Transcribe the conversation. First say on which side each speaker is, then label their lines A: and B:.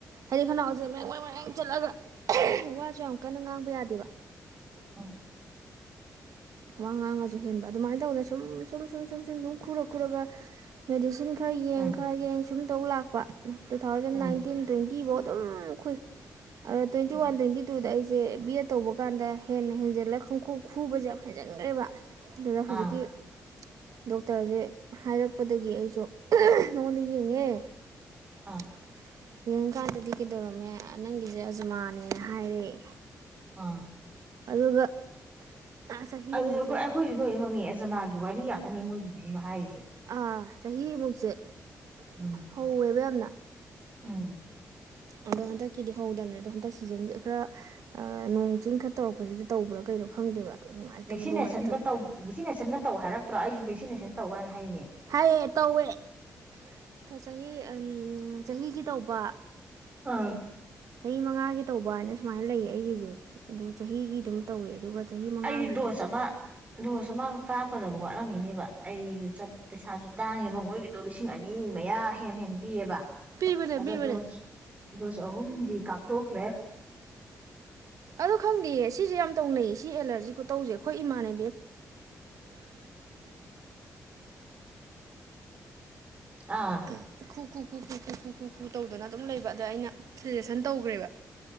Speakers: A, on the right; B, on the right.
A: <unintelligible> ꯆꯠꯂꯒ ꯋꯥꯁꯨ ꯌꯥꯝ ꯀꯟꯅ ꯉꯥꯡꯕ ꯌꯥꯗꯦꯕ
B: ꯎꯝ
A: ꯋꯥ ꯉꯥꯡꯉꯁꯨ ꯍꯦꯟꯕ ꯑꯗꯨꯃꯥꯏꯅ ꯇꯧꯗꯅ ꯁꯨꯝ ꯁꯨꯝ ꯁꯨꯝ ꯁꯨꯝ ꯁꯨꯝ ꯑꯗꯨꯨꯝ ꯈꯨꯔ ꯈꯨꯔꯒ ꯃꯦꯗꯤꯁꯤꯟ ꯈꯔ ꯌꯦꯡ
B: ꯎꯝ ꯎꯝ
A: ꯈꯔ ꯌꯦꯡꯁꯤ ꯑꯗꯨꯝ ꯇꯧ ꯂꯥꯛꯄ two thousand
B: um
A: nineteen twenty ꯑꯗꯨꯝ ꯈꯨꯏ ꯑꯗꯥ ꯇ꯭ꯋꯦꯟꯤ
B: ꯎꯝ
A: ꯋꯥꯟ ꯇ꯭ꯋꯦꯟꯇꯤ ꯇꯨꯗ ꯑꯩ ꯁꯦ ꯕꯤ ꯑꯦ ꯇꯧꯕ ꯀꯥꯟꯗ ꯍꯦꯟꯅ ꯍꯦꯟꯖꯤꯜꯂꯒ ꯈꯪꯈꯨ ꯈꯨꯕꯁꯦ ꯌꯥꯝ ꯍꯦꯟꯖꯤꯟꯈ꯭ꯔꯦꯕ ꯑꯗꯨꯗ ꯍꯧꯖꯤꯛꯀꯤ
B: ꯑꯥ
A: ꯗꯣꯛꯇꯔꯁꯦ ꯍꯥꯏꯔꯛꯄꯗꯒꯤ ꯑꯩꯁꯨ ꯃꯉꯣꯟꯗ ꯌꯦꯡꯉ <unintelligible>
B: ꯑꯥ
A: ꯌꯦꯡꯀꯥꯟꯗꯗꯤ ꯀꯩꯗꯧꯔꯝꯃꯦ ꯅꯪꯒꯤꯁꯦ ꯑꯖꯃꯥꯅꯦꯅ ꯍꯥꯏꯔꯦꯑꯦ
B: ꯑꯥ
A: ꯑꯗꯨꯒ ꯆꯍꯤ
B: ꯑꯗꯨꯗ
A: ꯑꯃꯨꯛꯁꯦ
B: ꯑꯩꯈꯣꯏ ꯑꯩꯈꯣꯏꯁꯨ ꯂꯣꯏꯅꯃꯛ ꯑꯦꯖꯃꯥꯒꯤ ꯋꯥꯔꯤ ꯀꯅꯤ ꯃꯣꯏ ꯍꯥꯏꯁ
A: ꯑꯥ ꯆꯍꯤꯃꯨꯛꯁꯦ
B: ꯎꯝ
A: ꯍꯧꯋꯦꯕ ꯌꯥꯝꯅ
B: ꯎꯝ
A: ꯑꯗꯣ ꯍꯟ ꯀꯗꯤ ꯍꯒꯗꯅ ꯑꯗꯣ ꯍꯟꯗꯛ ꯁꯤꯖꯟꯁꯦ ꯈꯔ ꯅꯣꯡ ꯆꯤꯡ ꯈꯔ ꯇꯧꯔꯛꯄꯁꯤꯗ ꯇꯧꯕ꯭ꯔꯥ ꯀꯩꯅꯣ ꯈꯪꯗꯦꯕ ꯅꯨꯡꯉꯥꯏꯇꯕꯗꯣ
B: ꯚꯦꯛꯁꯤꯅꯦꯁꯟꯒ
A: ꯅꯨꯡꯉꯥꯏꯇꯕ
B: ꯇꯧ ꯚꯦꯛꯁꯤꯅꯦꯁꯟꯒ ꯇꯧ ꯍꯥꯏꯔꯛꯇ꯭ꯔꯣ ꯑꯩꯁꯨ ꯚꯦꯛꯁꯤꯅꯦꯁꯟ ꯇꯧ ꯍꯥꯏꯅ ꯍ ꯍꯥꯏꯅꯦ
A: ꯍꯥꯏꯌꯦ ꯇꯧꯋꯦ ꯆꯍꯤ ꯎ ꯆꯍꯤꯒꯤ ꯇꯧꯕ
B: ꯑꯥ
A: ꯆꯍꯤ ꯃꯉꯥꯒꯤ ꯇꯧꯕ ꯍꯥꯏꯅ ꯁꯨꯃꯥꯏꯅ ꯂꯩꯌꯦ ꯑꯩꯒꯤꯁꯦ ꯑꯗꯨ ꯆꯍꯤꯒꯤ ꯑꯗꯨꯝ ꯇꯧꯋꯦ ꯑꯗꯨꯒ ꯆꯍꯤ ꯃꯉꯥꯒꯤꯗꯨ
B: ꯑꯩꯗꯤ ꯗꯣꯁ ꯑꯃ ꯗꯣꯁ ꯑꯃ ꯀꯥꯛꯞꯀꯗꯕ ꯋꯥꯠꯂꯝꯃꯤꯅꯦꯕ ꯑꯩꯁꯨꯠ ꯄꯩꯁꯥꯁꯨ ꯇꯥꯡꯉꯦꯕ ꯃꯣꯏꯒꯤꯗꯣ ꯂꯤꯁꯤꯡ ꯑꯅꯤ ꯃꯌꯥ ꯍꯦ ꯍꯦꯟ ꯄꯤꯑꯕ
A: ꯄꯤꯕꯅꯦ
B: ꯑꯗ
A: ꯄꯤꯕꯅꯦ
B: ꯗꯣꯁ ꯗꯣꯁ ꯆꯍꯨꯝꯗꯤ ꯀ ꯀꯣ ꯀꯂ
A: ꯑꯗꯣ ꯈꯪꯗꯦꯌꯦ ꯁꯤꯁꯦ ꯌꯥꯝ ꯇꯧꯅꯩꯁꯦ ꯁꯤ ꯑꯦꯂꯔꯖꯤ ꯈꯨꯣ ꯇꯧꯁꯦ ꯑꯩꯈꯣꯏ ꯏꯃꯥꯅꯦ <unintelligible>
B: ꯑꯥ
A: ꯀꯨ ꯀꯨ ꯀꯨ ꯀꯨ ꯀꯨ ꯀꯨ ꯇꯧꯗꯅ ꯑꯗꯨꯝ ꯂꯩꯕ ꯑꯗ ꯑꯩꯅ ꯁꯖꯦꯁꯟ ꯇꯧꯈ꯭ꯔꯦꯕ